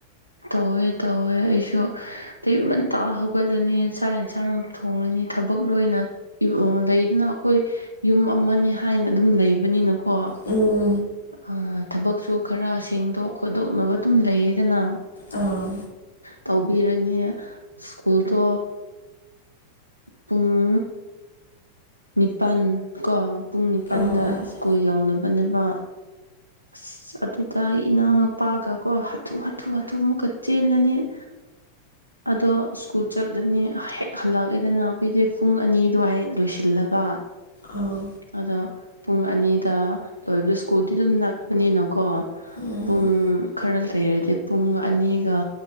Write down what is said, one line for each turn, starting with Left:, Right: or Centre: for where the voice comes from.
Right: ꯇꯧꯋꯦ ꯇꯧꯋꯦ ꯑꯩꯁꯨ ꯑꯌꯨꯛ ꯉꯟꯇꯥ ꯍꯧꯒꯠꯂꯅꯤ ꯆꯥꯛ ꯌꯦꯟꯁꯥꯡ ꯊꯣꯡꯉꯅꯤ ꯊꯕꯛ ꯂꯣꯏꯅ ꯂꯩꯗꯅ ꯑꯈꯣꯏ ꯌꯨꯝ ꯑꯃꯅꯦ ꯍꯥꯏꯅ ꯑꯗꯨꯝ ꯂꯩꯕꯅꯤꯅꯀꯣ꯫
Left: ꯎꯝ꯫
Right: ꯑ ꯊꯕꯛꯁꯨ ꯈꯔ ꯁꯦꯡꯗꯣꯛ ꯈꯣꯠꯇꯣꯛꯅꯕ ꯑꯗꯨꯝ ꯂꯩꯌꯦꯗꯅ꯫
Left: ꯑꯥꯎ꯫
Right: ꯇꯧꯕꯤꯔꯅꯤ ꯁ꯭ꯀꯨꯜꯗꯣ ꯄꯨꯡ ꯅꯤꯄꯥꯟ ꯀꯣ ꯄꯨꯡ ꯅꯤꯄꯥꯟꯗ
Left: ꯑꯥ ꯑꯥ
Right: ꯁ꯭ꯀꯨꯜ ꯌꯧꯅꯕꯅꯦꯅꯕ꯫ ꯑꯁ ꯑꯗꯨꯗ ꯑꯩ ꯏꯅꯥꯎꯅꯨꯄꯥꯒ ꯀꯣ ꯍꯥꯊꯨ ꯍꯥꯊꯨ ꯍꯥꯊꯨ ꯃꯨꯛꯀ ꯆꯦꯜꯂꯅꯤ꯫ <unintelligible> ꯑꯗꯣ ꯁ꯭ꯀꯨꯜ ꯆꯠꯂꯅꯤ ꯍꯦꯛ ꯍꯜꯂꯛꯑꯦꯗꯅ ꯑꯩꯈꯣꯏꯗꯤ ꯄꯨꯡ ꯑꯅꯤ ꯑꯗꯨꯋꯥꯏ ꯂꯣꯏꯁꯤꯟ ꯂꯕꯥ
Left: ꯑꫭ꯫
Right: ꯑꯗꯣ ꯄꯨꯡ ꯑꯅꯤꯗ ꯂꯣꯏꯕꯗꯣ ꯁ꯭ꯀꯨꯜꯗꯤ ꯑꯗꯨꯝ ꯅꯛꯄꯅꯤꯅꯀꯣ꯫
Left: ꯎꯝ
Right: ꯄꯨꯡ ꯈꯔ ꯂꯩꯔꯗꯤ ꯄꯨꯡ ꯑꯅꯤꯒ